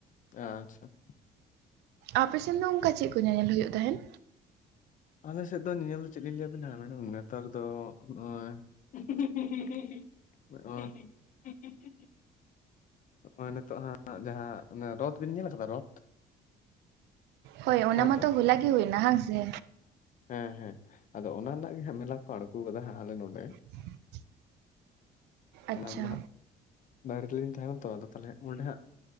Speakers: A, on the left (about 50°); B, on the right (about 80°).
A: ᱟᱼᱪᱪᱷᱟ,
B: ᱟᱯᱮ ᱥᱮᱱ ᱫᱚ ᱚᱸᱠᱟ ᱪᱮᱜ ᱠᱚ ᱧᱮᱧᱮᱞ ᱦᱩᱭᱩᱜ ᱛᱟᱦᱮᱸᱱ?
A: ᱟᱞᱮᱥᱮᱫ ᱫᱚ ᱧᱮᱧᱮᱞ ᱫᱚ ᱪᱮᱫ ᱞᱤᱧ ᱞᱟᱹᱭ ᱟᱹᱵᱤᱱᱟ ᱢᱮᱰᱚᱢ ᱱᱮᱛᱟᱨ ᱫᱚ ᱱᱚᱜᱼᱚᱸᱭ <unintelligible> ᱱᱚᱜᱼᱚᱸᱭ <unintelligible> ᱱᱚᱜᱼᱚᱸᱭ ᱱᱤᱛᱚᱜ ᱦᱟᱸᱜ ᱡᱟᱦᱟᱸ ᱚᱱᱮ ᱨᱚᱛᱷ ᱵᱤᱱ ᱧᱮᱞ ᱟᱠᱟᱫᱟ ᱨᱚᱛᱷ?
B: ᱦᱳᱭ ᱚᱱᱟ ᱢᱟ
A: ᱫᱚ
B: ᱛᱚ ᱦᱚᱞᱟ ᱜᱮ ᱦᱩᱭ ᱮᱱᱟ ᱦᱟᱝ ᱥᱮ?
A: ᱦᱮᱸ ᱦᱮᱸ ᱟᱫᱚ ᱚᱱᱟ ᱨᱮᱱᱟᱜ ᱜᱮ ᱦᱟᱜ ᱢᱮᱞᱟ ᱠᱚ ᱟᱬᱜᱚ ᱠᱟᱫᱟ ᱟᱞᱮ ᱱᱚᱰᱮ᱾
B: <inaudible>
A: ᱢᱟᱱᱮ
B: ᱟᱪᱪᱷᱟ
A: ᱟᱧ ᱫᱚ ᱦᱟᱸᱜ ᱵᱟᱭᱨᱮ ᱨᱮᱞᱤᱧ ᱛᱟᱦᱮᱱᱟ ᱛᱚ ᱟᱫᱚ ᱛᱟᱞᱦᱮ ᱚᱸᱰᱮ ᱦᱟᱸᱜ